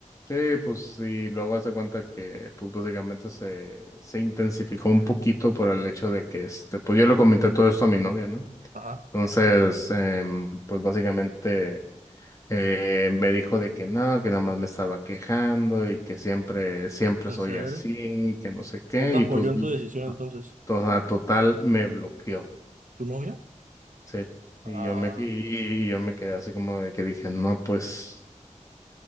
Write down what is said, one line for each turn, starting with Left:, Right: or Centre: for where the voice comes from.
Left: sí, pues sí, luego hace cuenta que, pues básicamente se, se intensificó un poquito por el hecho de que, este, pues yo le comenté todo esto a mi novia, ¿no?
Right: Ajá.
Left: Entonces, em, pues básicamente Eh, me dijo de que no, que nada más me estaba quejando y que siempre, siempre soy
Right: En serio.
Left: así, que no sé qué,
Right: ¿No te
Left: y
Right: apoyó
Left: pues
Right: en
Left: no,
Right: tu decisión entonces?
Left: toda- total me bloqueó,
Right: ¿Tu novia?
Left: sí.
Right: Ah,
Left: Y yo me, y, y yo me quedé así como de que dije, no, pues,